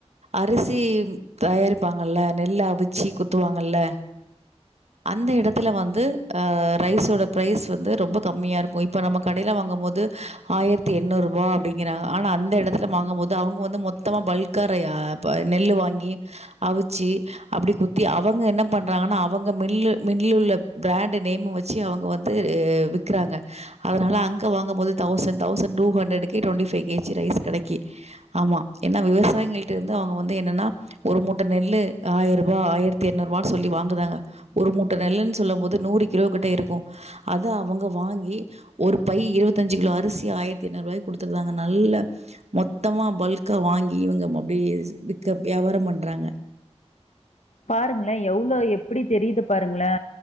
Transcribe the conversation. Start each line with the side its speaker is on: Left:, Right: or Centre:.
Right: அரிசி தயாரிப்பாங்கல்ல நெல்ல அவிச்சு குத்துவாங்கல்ல அந்த இடத்துல வந்து ஆ ரைஸோட பிரைஸ் வந்து ரொம்ப கம்மியா இருக்கும் இப்ப நம்ம கடையில வாங்கும் போது ஆயிரத்தி எண்ணூறு ரூபாய அப்படிங்கறாங்க ஆனா அந்த இடத்துல வாங்கு போது அவங்க வந்து மொத்தமா பல்க்கா நெல்லு வாங்கி அவிச்சு அப்டி குத்தி அவங்க என்ன பண்றாங்கன்னா அவங் மில் மில்லுல்ல பிராண்டு நேம் வச்சு அவங்க வந்து விக்குறாங்க அதனால அங்க வாங்கும்போது தவ்சண்ட் தவ்சண்ட் டூ ஹண்றடுக்கே twenty five K G rice கெடைக்கி ஆம்மா விவசாயங்களட்டருந்து அவங்க வந்து என்னன்னா ஒரு மூட்ட நெல் ஆயிர ரூபா ஆயிரத்தி எநூறு ரூபான்னு சொல்லி வாங்குதாங்க ஒரு மூட்ட நெல்ன்னு சொல்லும் போது நூறு கிலோ கிட்ட இருக்கு அத அவங்க வாங்கி ஒரு பை இருபத்தஞ்சு கிலோ அரிசி ஆயிரத்தி ஐநூறுபாய்கு குடுத்திருந்தாங்க நல்ல மொத்தமா பல்க்கா வாங்கி இவங்க அப்படி விற்க வியாபார பண்றாங்க
Left: பாருங்களே எவ்ளோ எப்டி தெரியுது பாருங்களே